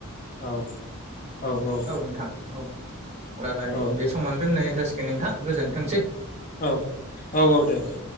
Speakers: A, on the left (about 35°); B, on the right (about 30°).
A: औ औ औ।
B: नोंथां औ अब्लालाय
A: औ
B: बे समावनो दोननाय जासिगोन नोंथां गोजोनथोंसै।
A: औ औ औ दे दे।